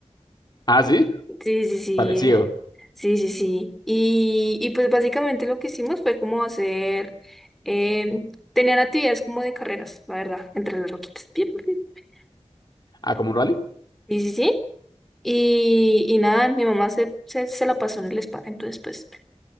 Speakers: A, on the left; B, in the centre.
A: Ah, sí,
B: Sí, sí, sí.
A: parecido.
B: Sí, sí, sí. Y, y pues básicamente lo que hicimos fue como hacer, eh, tener actividades como de carreras, la verdad, entre las roquitas. Bien, bien, bien.
A: Ah, como un rally.
B: Sí, sí, sí. Y, y nada, mi mamá se, se, se la pasó en el spa, entonces pues